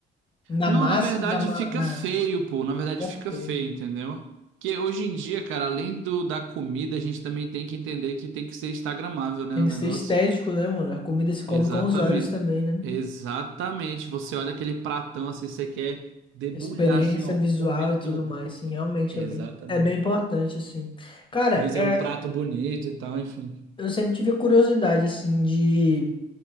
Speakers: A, on the left; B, on the right.
A: na
B: Não,
A: massa,
B: na verdade
A: na, ma-
B: fica
A: na
B: feio, pô. Na verdade
A: É
B: fica
A: feio.
B: feio, entendeu? Que hoje em dia, cara, além do da comida, a gente também tem que entender que tem que ser instagramável, né,
A: Tem
B: o
A: que
B: negócio.
A: ser estético, né, mano? A comida se come
B: Exatamente.
A: com os olhos também, né?
B: Exatamente. Você olha aquele pratão assim, você quer debulhar
A: A experiência
B: assim, ó,
A: visual
B: comer
A: e tudo
B: tudo.
A: mais, sim, realmente
B: Exatamente.
A: é bem, é bem importante, assim. Cara,
B: Pois
A: é-
B: é, um prato bonito e tal, enfim.
A: eu sempre tive curiosidade, assim, de,